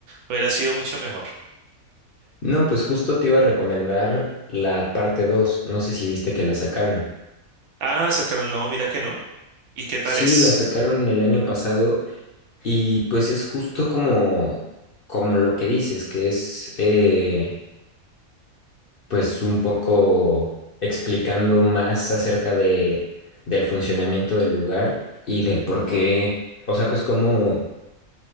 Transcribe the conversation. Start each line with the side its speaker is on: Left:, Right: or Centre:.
Right: hubiera sido mucho mejor.
Left: No, pues justo te iba a recomendar la parte dos No sé si viste que la sacaron.
Right: Ah, sacaron, no, mira que no. ¿Y qué tal
Left: Sí,
Right: es?
Left: la sacaron el año pasado y pues es justo como, como lo que dices, que es eh, pues un poco explicando más acerca de, del funcionamiento del lugar y de por qué, o sea, pues cómo,